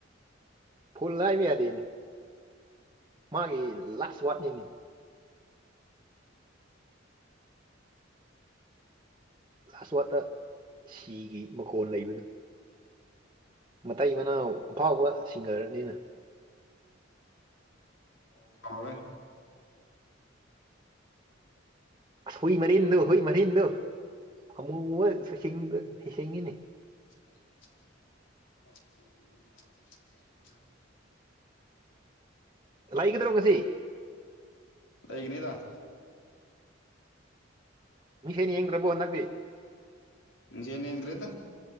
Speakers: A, on the right; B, on the left.
A: ꯐꯨꯜ ꯍꯥꯏꯕ ꯌꯥꯗꯦꯅꯤ ꯃꯥꯒꯤ ꯂꯥꯁ ꯋꯥꯔꯠꯅꯤꯅꯦ ꯂꯥꯁ ꯋꯥꯔꯠꯇ ꯁꯤꯒꯤ ꯃꯈꯣꯟ ꯂꯩꯕꯗ ꯃꯇꯩ ꯃꯅꯥꯎ ꯑꯐꯥꯎꯕ ꯁꯤꯡꯒꯔꯅꯤꯅ
B: <unintelligible>
A: ꯑꯁ ꯍꯨꯏ ꯃꯔꯤꯟꯗꯣ ꯍꯨꯏ ꯃꯔꯤꯟꯗꯣ ꯑꯃꯨꯃ ꯁꯣꯏꯁꯤꯡ ꯁꯤꯡꯉꯤꯅꯤ
B: <unintelligible>
A: ꯂꯩꯒꯗ꯭ꯔꯣ ꯉꯁꯤ
B: ꯂꯩꯒꯅꯤꯗ
A: ꯃꯤꯡꯁꯦꯟ ꯌꯦꯡꯗꯔꯕꯣ ꯅꯡꯗꯤ
B: ꯃꯤꯠꯁꯦꯜ ꯌꯦꯡꯗ꯭ꯔꯦꯗ